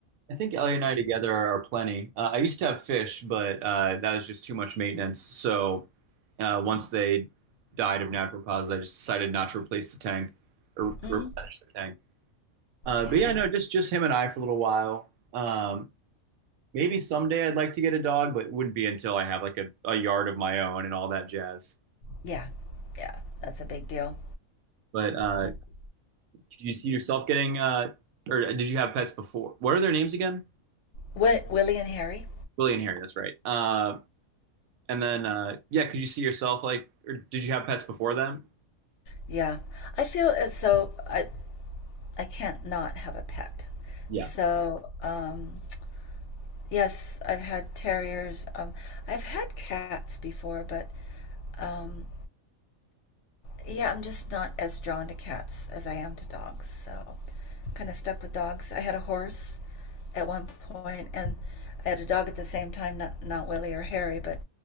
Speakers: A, on the right; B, on the left.
A: I think Ellie and I together are plenty. Uh, I used to have fish, but uh, that was just too much maintenance. So uh, once they died of natural causes, I just decided not to replace the tank or
B: hmm
A: to replenish the tank. Uh,
B: Yeah,
A: but yeah, no, just just him and I for a little while. Um, maybe someday I'd like to get a dog, but it wouldn't be until I have like a, a yard of my own and all that jazz.
B: yeah, yeah. That's a big deal.
A: But uh,
B: That's
A: could you see yourself getting, uh, or did you have pets before? What are their names again?
B: Wi- Willie and Harry.
A: Willie and Harry, that's right. Uh, And then, uh, yeah, could you see yourself like, or did you have pets before them?
B: Yeah, I feel as though I I can't not have a pet.
A: Yeah,
B: So um, Yes, I've had terriers. Um, I've had cats before, but um, yeah, I'm just not as drawn to cats as I am to dogs. So, kind of stuck with dogs. I had a horse at one point, and I had a dog at the same time. Not not Willie or Harry, but